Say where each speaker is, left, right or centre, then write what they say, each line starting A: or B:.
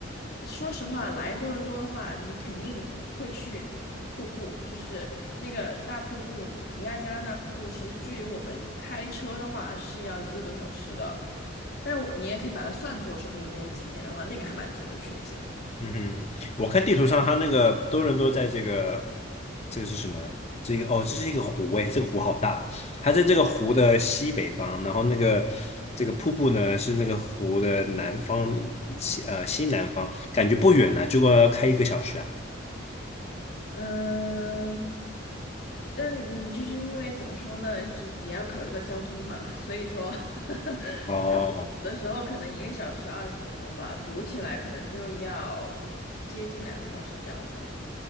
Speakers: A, on the left; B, on the left.
A: 说实话，来多伦多的话，你肯定会去瀑布，就是那个大瀑布，尼亚加拉大瀑布，其实距离我们开车的话是要一个多小时的，但是我你也可以把它算作是多伦多的景点的话，那个还蛮值得去一下的。
B: 嗯哼，我看地图上它那个多伦多在这个这个是什么呀这个哦，这是一个湖哎，这个湖好大，它在这个湖的西北方，然后那个这个瀑布呢是那个湖的南方西呃西南方，感觉不远呢，结果要开一个小时啊。
A: 嗯，但你就是因为怎么说呢，只也要考虑到交通嘛，所以说 <laughs>
B: 哦，
A: 他不堵的时候可能一个小时二十分钟吧，堵起来可能就要接近两个小时这样子了。